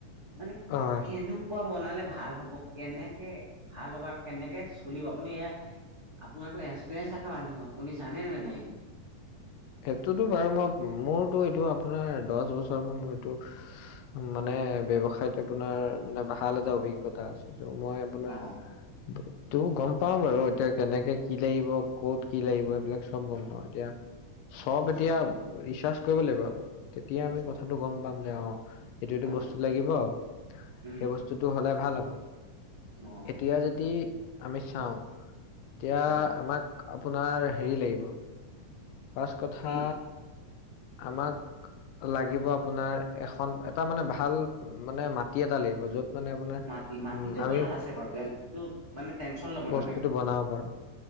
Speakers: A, on the right; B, on the left.
A: মানে
B: অ
A: কেনেকুৱা বনালে ভাল হ'ব কেনেকে ভাল হ'ব আৰু কেনেকে চলিব আপুনি এয়া আপোনাৰো এক্সপিৰিয়েঞ্চ থকা মানুহ আপুনি জানেনে নাই এইটো।
B: সেইটোতো বাৰু মই মোৰতো এইটো আপোনাৰ দচ বছৰৰ পৰা মোৰ এইটো মানে এ ব্যৱসায়ত আপোনাৰ মানে ভাল এটা অভিজ্ঞতা আছে মই আপোনাৰ
A: অ
B: টো গম পাও বাৰু এতিয়া কেনেকে কি লাগিব ক'ত কি লাগিব এইবিলাক চব গম পাও এতিয়া চব এতিয়া
A: অ
B: ৰিচাৰ্চ কৰিব লাগিব আকৌ, তেতিয়া আমি
A: অ
B: কথাটো গম পাম যে অ' এইটো-এইটো
A: অ
B: বস্তু লাগিব,
A: উম
B: সেই বস্তুটো হ'লে ভাল হ'ব।
A: অ
B: এতিয়া যদি আমি চাওঁ এতিয়া
A: অ
B: আমাক আপোনাৰ হেৰি লাগিব, ফাৰ্ষ্ট কথা
A: কি
B: আমাক লাগিব আপোনাৰ এখন এটা মানে ভাল মানে মাটি এটা লাগিব য'ত মানে আপোনাৰ
A: মাটি মাটিতো
B: উম আমি
A: ভাল আছে বাৰু তে এইটো মানে টেনচন ল'ব
B: বস্তুটো
A: নালাগে
B: বনাব পাৰোঁ।